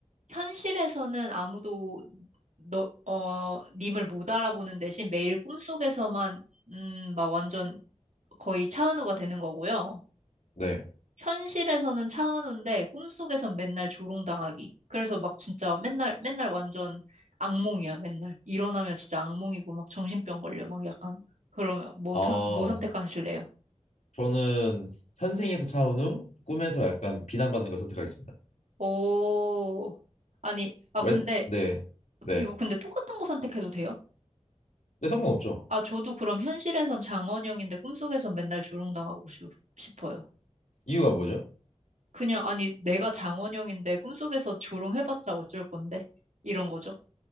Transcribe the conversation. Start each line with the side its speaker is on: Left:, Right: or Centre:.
Right: 현실에서는 아무도 너, 어, 님을 못 알아보는 대신 매일 꿈속에서만, 음, 막 완전 거의 차은우가 되는 거고요.
Left: 네.
Right: 현실에서는 차은우인데 꿈속에선 맨날 조롱당하기. 그래서 막 진짜 맨날, 맨날 완전 악몽이야, 맨날. 일어나면 진짜 악몽이고 막 정신병 걸려, 막 약간. 그러면 뭐,
Left: 아,
Right: 턴- 뭐 선택하실래요?
Left: 저는 현생에서 차은 후 꿈에서 약간 비난받는 걸 선택하겠습니다.
Right: 오, 아니, 아,
Left: 웬,
Right: 근데,
Left: 네, 네.
Right: 이거 근데 똑같은 거 선택해도 돼요?
Left: 근데 상관없죠.
Right: 아, 저도 그럼 현실에선 장원영인데 꿈속에선 맨날 조롱당하고 싶, 싶어요.
Left: 이유가 뭐죠?
Right: 그냥, 아니, 내가 장원영인데 꿈속에서 조롱해봤자 어쩔 건데? 이런 거죠.